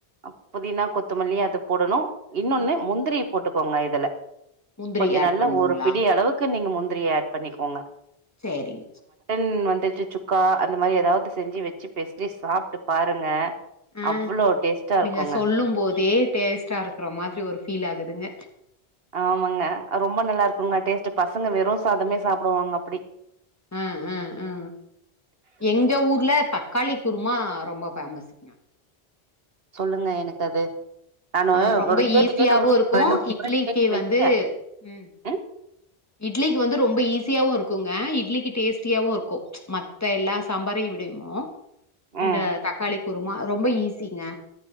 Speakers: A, on the right; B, on the left.
A: அ புதினா கொத்தமல்லி அது போடணு இன்னொன்னு
B: ம்.
A: முந்திரி போட்டு கோங்க இதுல
B: முந்திரி
A: கொஞ்ச
B: ஆட்
A: நல்லா
B: பண்ணுங்களா?
A: ஒரு பிடி அளவுக்கு நீங்க முந்திரிய ஆட் பண்ணிக்கோங்க
B: சேரிங்க
A: ம் வந்துட்டு சுக்கா அந்த மாரி ஏதாவது செஞ்சு வெச்சு பெஸ்லி சாப்ட்டு பாருங்க
B: அ
A: அவ்ளோ டேஸ்ட்டா இருக்குங்க
B: நீங்க சொல்லும் போதே டேஸ்ட்டா இருக்குற மாதிரி ஒரு ஃபீல் ஆகுதுங்க
A: ஆமாங்க ரொம்ப நல்லா இருக்குங்க டேஸ்ட் பசங்க வெறு சாதமே சாப்டுவாங்க அப்டி
B: அ அ அ எங்க ஊர்ல தக்காளி குருமா ரொம்ப ஃபேமசுங்க
A: சொல்லுங்க எனக்கு அது நானு
B: அது ரொம்ப
A: ஒரு கேட்டு
B: ஈஸியாவு
A: கேட்டு
B: இருக்கு
A: ரெண்டு மூணு
B: இட்லிக்கு
A: முறகேட்டு வெச்சே
B: வந்து ம்
A: அ
B: இட்லிக்கு வந்து ரொம்ப ஈஸியாவு இருக்குங்க இட்லிக்கு டேஸ்ட்டியாவு இருக்கு மத்த எல்லா சாம்பாரையு தெரியுமா இந்த
A: ம்
B: தக்காளி குறுமா ரொம்ப ஈஸிங்க